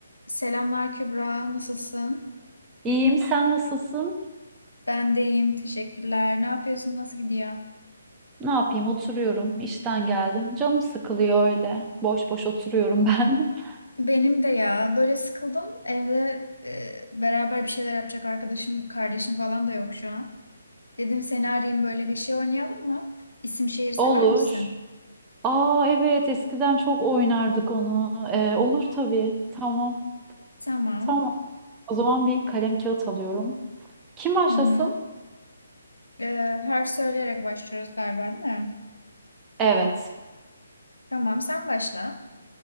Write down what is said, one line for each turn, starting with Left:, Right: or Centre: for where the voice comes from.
Left: Selamlar Kübra, nasılsın?
Right: İyiyim, sen nasılsın?
Left: Ben de iyiyim, teşekkürler. Ne yapıyorsun, nasıl gidiyor?
Right: Ne yapayım, oturuyorum. İşten geldim. Canım sıkılıyor öyle. Boş boş oturuyorum ben. <laughs>
Left: Benim de ya, böyle sıkıldım. Evde e, beraber bir şeyler yapacak arkadaşım, kardeşim falan da yok şu an. Dedim seni arayayım böyle bir şey oynayalım mı? İsim şehir sever
Right: Olur.
Left: misin?
Right: Aa evet, eskiden çok oynardık onu. Ee, olur tabii. Tamam,
Left: Tamam.
Right: tamam. O zaman bir kalem kağıt alıyorum. Kim başlasın?
Left: Hı hı. E, harf söyleyerek başlıyoruz galiba, değil mi?
Right: Evet,
Left: Tamam, sen başla.